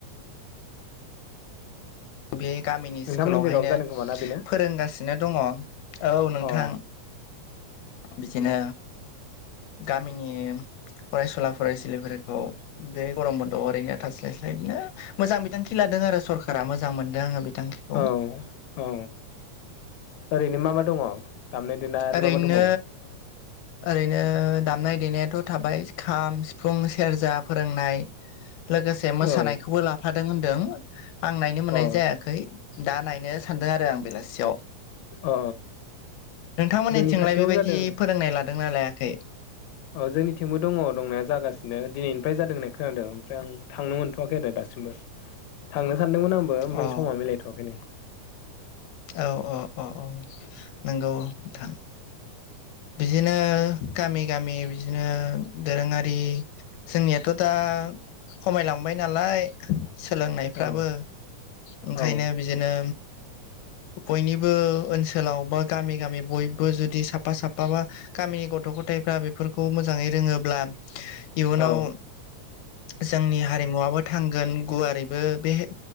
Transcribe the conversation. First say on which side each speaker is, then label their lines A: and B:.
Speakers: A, on the left; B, on the left.
A: बे गामिनि
B: नोंथांमोननि
A: स्कुलावहायनो
B: जायगायावबो जादों खोमा ना बेनो
A: फोरोंगासिनो दङ औ नोंथां
B: अ
A: बिदिनो गामिनि फरायसुला फरायसुलिफोरखौ बे गरम बनद'आव ओरैनो थास्लाय स्लाय बिदिनो मोजां बिथांखि लादों आरो सरकारा मोजां मोनदों आङो बिथांखिखौ
B: औ औ ओरैनो मा मा दङ दामनाय देनाय आरो
A: ओरैनो
B: मा मा दंबावो
A: ओरैनो दामनाय देनायाथ' थाबाय खाम सिफुं सेरजा फोरोंनाय लोगोसे मोसानायखौबो
B: औ
A: लाफादों होनदों आं नायनो मोननाय
B: अ
A: जायाखै दा नायनो सानदों आरो आं बेलासियाव
B: अ
A: नोंथांमोननिथिंलाय
B: जोंनि खाथियावबो
A: बेबायदि
B: जादों
A: फोरोंनाय लादोंना लायाखै
B: औ जोंनिथिंबो दङ' दंनाया जागासिनो दिनैनिफ्राय जादों होननाय खोनादों ओमफ्राय आं थांनो मोनथ'वाखै आरो दासिमबो। थांनो सानदोंमोन आंबो ओमफाय
A: अ
B: समा मिलायथ'वाखै नै।
A: औ औ औ औ नंगौ नोंथां। बिदिनो गामि-गामि बिदिनो दोरोङारि जोंनियाथ' दा खमायलांबाय नालाय सोलोंनायफ्राबो
B: औ
A: ओंखायनो
B: औ
A: बिदिनो बयनिबो ओनसोलाव बा गामि- गामि बयबो जुदि साफा साफा बा गामिनि गथ'-गथायफ्रा बेफोरखौ मोजाङै रोङोब्ला इयुनाव
B: औ
A: जोंनि हारिमुवाबो थांगोन गुवारैबो बे